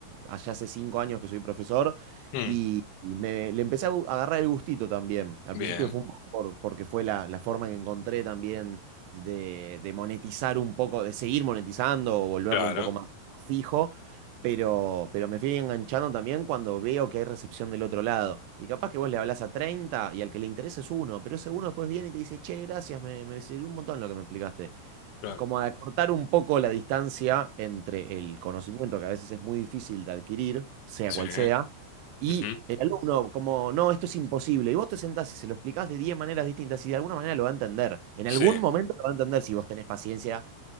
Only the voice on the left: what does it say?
Mm,
bien,
claro,
claro.
Sí,
ujú,
sí.